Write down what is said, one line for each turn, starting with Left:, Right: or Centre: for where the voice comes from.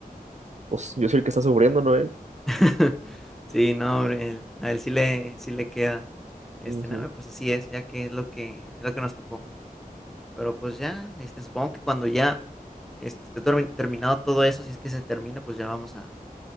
Right: pues yo soy el que está sufriendo, ¿no él?
Centre: <laughs> sí, no, hombre, él- a él sí le, sí le queda. Este,
Right: Ujú.
Centre: no, pues así es, ya que es lo que, es lo que nos tocó. Pero pues ya, este, supongo que cuando ya, este, esté termi- terminado todo eso, si es que se termina, pues ya vamos a